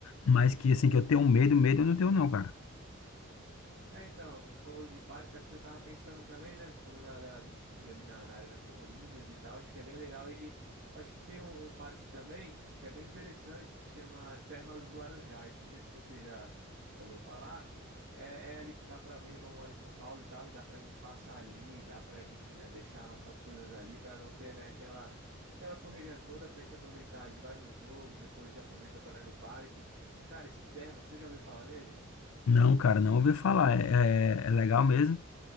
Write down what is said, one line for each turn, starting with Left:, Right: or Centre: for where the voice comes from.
Left: mas que assim que eu tenho medo, medo eu não tenho não, cara.
Right: É, então, você falou de parque, assim, eu tava pensando também, né? Você falou da, da- subir ali na, na Arena Corinthians e tal, acho que é bem legal. E acho que tem um, um parque também que é bem interessante, que chama Termas dos Laranjais. Não sei se você já ouviu falar. É, é ali, dá pra. Meu irmão mora em São Paulo e tal, né? Dá pra gente passar ali, dá pra gente, né, deixar nossas coisas ali para não ter, né, aquela. Aquela correria toda pra gente aproveitar ali, vai num jogo, depois aproveita pra ir no parque. E cara, esse termo você já ouviu falar nele?
Left: Não, cara, não ouvi falar. É, é, é legal mesmo.